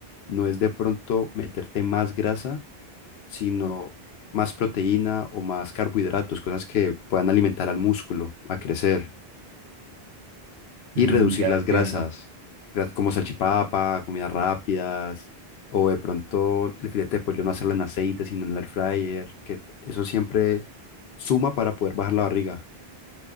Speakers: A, on the left; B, on the right.
A: no es de pronto meterte más grasa, sino más proteína o más carbohidratos, cosas que puedan alimentar al músculo a crecer y
B: Mm,
A: reducir
B: ya
A: las
B: entiendo.
A: grasas, gra- como salchipapa, comidas rápidas, o de pronto el filete de pollo no hacerlo en aceite, sino en el air fryer, que eso siempre suma para poder bajar la barriga.